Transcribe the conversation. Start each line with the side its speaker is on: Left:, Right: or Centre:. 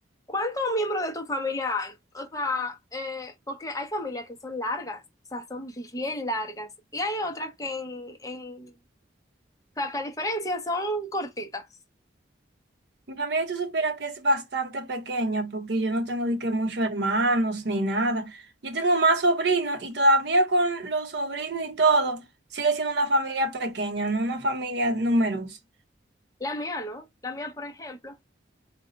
Left: ¿Cuántos miembros de tu familia hay? O sea, eh, porque hay familias que son largas, o sea, son bien largas. Y hay otras que en, en, o sea, que a diferencia son cortitas.
Right: Mi familia, tú supieras que es bastante pequeña porque yo no tengo de que muchos hermanos ni nada. Yo tengo más sobrinos y todavía con los sobrinos y todo, sigue siendo una familia pequeña, no una familia numerosa.
Left: La mía, ¿no? La mía, por ejemplo,